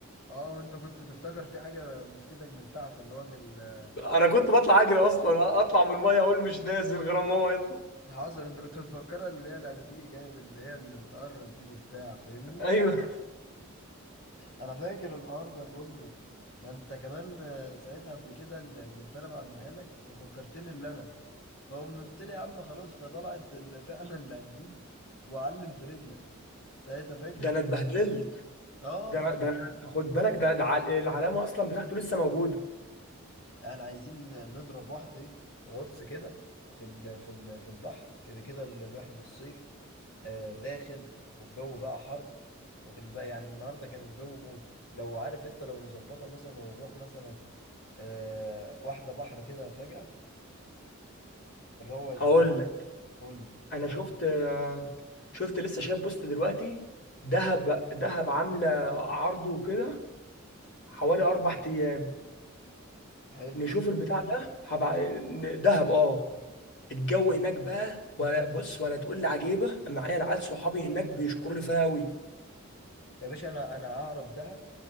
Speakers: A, on the left; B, on the left.
A: اه وانت كنت تفتكر في حاجه مسكتك من تحت اللي هو من ال-
B: انا كنت بطلع اجري اصلا اطلع من المايه اقول مش نازل غير ما هو يطلع
A: الحذر انت كنت بتفكرها اللي هي الاناديل جايه اللي هي اللي بتقرص دي وبتاع فاهمني
B: ايوه
A: انا فاكر الحوار ده كله ده انت كمان آه، ساعتها قبل كده اللي كنت انا بعملها لك ففكرتني اللي انا فقوم قلت لي يا عم خلاص فطلعت ال- فعلا القنديل وعلم في رجلك ساعتها فاكر
B: ده انا اتبهدلت
A: اه
B: ده انا ده أنا- خد بالك ده ده عل- العلامه اصلا بتاعته لسه موجوده
A: احنا عايزين نضرب واحده ايه غطس كده في ال في ال في البحر كده كده ال- الواحد الصيف آه داخل والجو بقى حر واخد لي بقى يعني النهارده كان الجو موت لو عارف انت لو نظبطها مثلا ونروح مثلا آه واحده بحر كده فجأة نروق الدنيا
B: هقول
A: قول لي
B: انا شفت شفت لسه شايف بوست دلوقتي دهب دهب عامله عرض وكده حوالي اربع ايام
A: حلو
B: نشوف البتاع ده هبع... ن- دهب اه الجو هناك بقى ولا بص ولا تقول لي عجيبه أنا معايا العيال صحابي هناك بيشكروا لي فيها قوي
A: يا باشا انا انا اعرف دهب